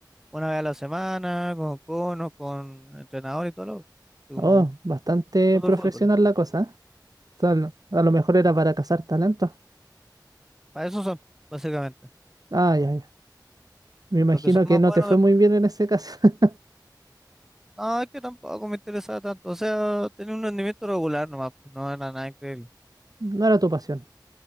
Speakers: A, in the centre; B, on the right.
A: una vez a la semana, con conos, con entrenador y todo lo y como
B: Oh, bastante
A: fútbol,
B: profesional
A: fútbol.
B: la cosa, ¿eh? O sea, lo- a lo mejor era para cazar talentos.
A: Para eso son, básicamente.
B: Ah, ya, ya. Me imagino
A: Los que son más
B: que no
A: buenos
B: te fue
A: después.
B: muy bien en ese caso. <laughs>
A: No, es que tampoco me interesaba tanto. O sea, tenía un rendimiento regular nomás, pues, no era nada increíble.
B: No era tu pasión.